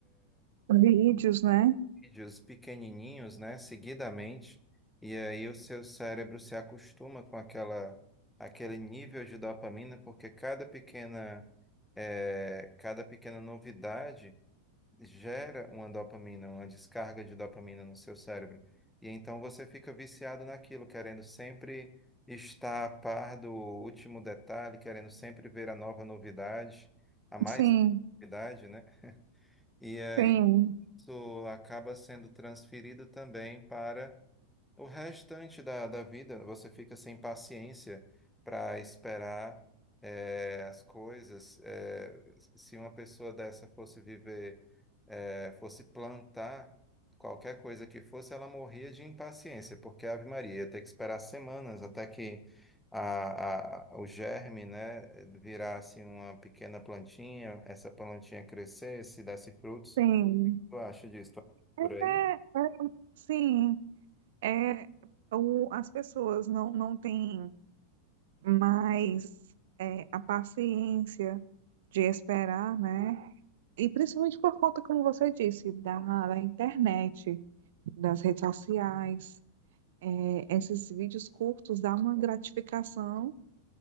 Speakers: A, on the right (about 55°); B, in the centre.
A: vídeos, né?
B: vídeos pequenininhos, né, seguidamente, e aí o seu cérebro se acostuma com aquela, aquele nível de dopamina, porque cada pequena, eh, cada pequena novidade gera uma dopamina, uma descarga de dopamina no seu cérebro. E então você fica viciado naquilo, querendo sempre estar a par do último detalhe, querendo sempre ver a nova novidade, a mais
A: Sim,
B: novidade, né? E
A: sim,
B: isso acaba sendo transferido também para o restante da, da vida. Você fica sem paciência para esperar eh, as coisas. Eh, se uma pessoa dessa fosse viver, eh, fosse plantar qualquer coisa que fosse, ela morria de impaciência, porque Ave Maria ia ter que esperar semanas até que a, a- o germe, né, virasse uma pequena plantinha, essa plantinha crescesse, desse frutos
A: sim.
B: tu acha disso? Tu acha por
A: É,
B: aí?
A: é, é, é, sim, é, o, as pessoas não, não têm mais é, a paciência de esperar, né? E principalmente por conta, como você disse, da, da internet, das redes sociais, é, esses vídeos curtos dão uma gratificação